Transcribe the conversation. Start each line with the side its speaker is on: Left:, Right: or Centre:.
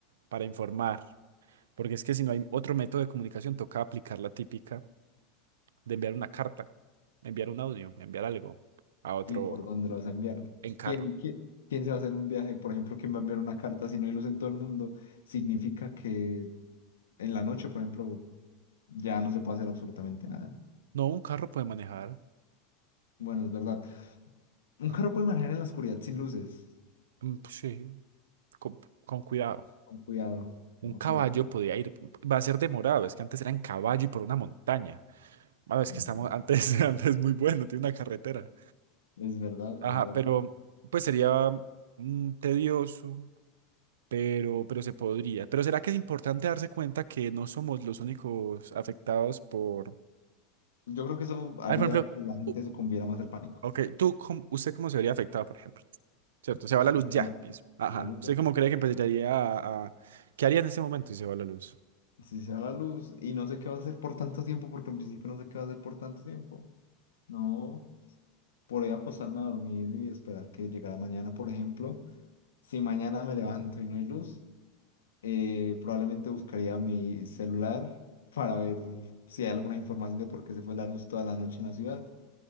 Right: para informar, porque es que si no hay otro método de comunicación, toca aplicar la típica de enviar una carta, enviar un audio, enviar algo a otro
Left: ¿Y por dónde lo vas a enviar?
Right: en carro.
Left: ¿Quién, quién, quién se va a hacer un viaje? Por ejemplo, ¿quién va a enviar una carta si no hay luz en todo el mundo? Significa que en la noche, por ejemplo ya no se puede hacer absolutamente nada.
Right: No, un carro puede manejar.
Left: Bueno, es verdad. Un
Right: Ajá.
Left: carro puede manejar en la oscuridad sin luces.
Right: Mm, pues Sí, con, con cuidado.
Left: Con cuidado. Ok,
Right: Un caballo
Left: es
Right: podía ir, va a ser demorado, es que antes era en caballo y por una montaña. Ah, es
Left: verdad.
Right: que estamos, antes, <laughs> antes muy bueno, tiene una carretera.
Left: Es verdad,
Right: Ajá,
Left: es verdad.
Right: pero pues sería mm, tedioso, pero, pero se podría. Pero ¿será que es importante darse cuenta que no somos los únicos afectados por...
Left: Yo creo que eso haría
Right: Ah, por ejemplo,
Left: que la gente
Right: u-
Left: sucumbiera más al pánico.
Right: ok, tú, cómo- ¿usted cómo se vería afectado, por ejemplo? ¿Cierto? Se va la luz
Left: Si se
Right: ya
Left: va
Right: mismo. Ajá.
Left: la luz
Right: ¿Usted
Left: ya.
Right: cómo cree que empezaría a... a- ¿Qué haría en ese momento si se va la luz?
Left: Si se va la luz y no sé qué va a hacer por tanto tiempo, porque en principio no sé qué va a hacer por tanto tiempo. No, por ahí acostarme a dormir y esperar que llegara mañana, por ejemplo. Si mañana me levanto y no hay luz. Eh, probablemente buscaría mi celular <laughs> para ver si hay alguna información de por qué se fue la luz toda la noche en la ciudad.